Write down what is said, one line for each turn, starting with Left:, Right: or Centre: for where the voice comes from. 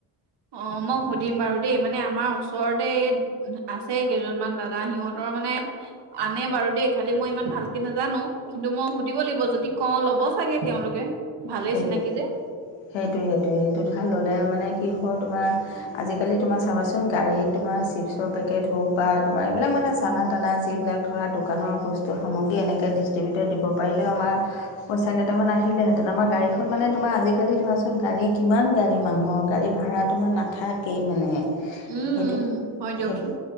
Right: অ, মই সুধিম বাৰু দেই মানে আমাৰ ওচৰতে আছে কেইজনমান দাদা সিহঁতৰ মানে আনে বাৰু দেই, খালি মই ইমান ভালকে নাজানো। কিন্তু, মই সুধিব লাগিব যদি কওঁ ল'ব চাগে। তেওঁলোকে। ভালেই
Left: সেইটোৱে
Right: চিনাকি যে
Left: সেইটোয়ে, সেইটোয়ে সেইটো ভাল হলে মানে কি হ'ব? তোমাৰ আজিকালি তোমাৰ চাবাচোন গাড়ীত তোমাৰ চিপছৰ পেকেট হওক বা তোমাৰ এইবিলাক মানে চানা টানা যিবিলাক ধৰা দোকানৰ বস্তু সামগ্ৰী এনেকে ডিষ্ট্ৰিবিউটৰ দিব পাৰিলেও আমাৰ পইছা কেইামান আহিলে হেতেন। গাড়ীখন মানে তোমাৰ আজিকালি ধৰাচোন গাড়ী কিমান গাড়ী মানুহৰ গাড়ী ভড়া তোমাৰ নাথাকেই মানে।
Right: উম,
Left: সেইটো
Right: উম, হয় দিয়কচোন।
Left: সেইটো